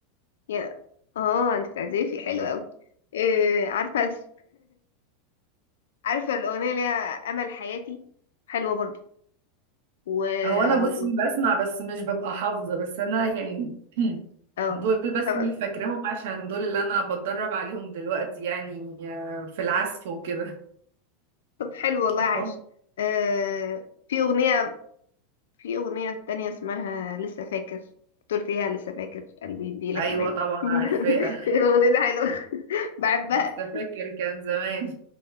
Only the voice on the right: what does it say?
هو انا بصي
بسمع بس مش ببقى حافظه بس انا يعني <clears throat>
دول بس
اللي فاكراهم عشان دول اللي انا بتدرب عليهم دلوقتي يعني آه، في العزف وكده
<laughs>
ايوه
طبعا
عارفاها
لسه فاكر كان زمان